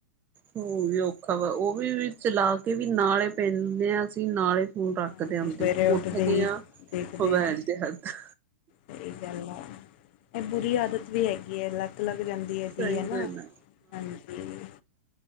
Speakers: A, on the right (about 25°); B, on the left (about 50°).
A: ਹੋਰ ਵੀ ਔਖਾ ਵਾ ਉਹ ਵੀ ਚਲਾ ਕੇ ਵੀ ਨਾਲੇ ਪੈਂਦੇ ਆ ਅਸੀਂ ਨਾਲੇ ਹੁਣ ਤੱਕ
B: ਹਾਂਜੀ
A: ਦੇ ਆਂਦੀ
B: ਸਵੇਰੇ
A: ਉੱਠਦੇ
B: ਹੀ
A: ਆਂ
B: ਦੇਖਦੇ
A: ਫਵੈਲ
B: ਹਾਂ
A: ਦੇ ਹੱਥ।
B: ਸਹੀ ਗੱਲ ਆ, ਇਹ ਬੁਰੀ ਆਦਤ ਵੀ ਹੈਗੀ ਏ ਲੱਕ ਲੱਗ ਜਾਂਦੀ ਏ
A: ਸਹੀ
B: ਧੀ, ਹੈ ਨਾ,
A: ਗੱਲ ਆ
B: ਹਾਂਜੀ।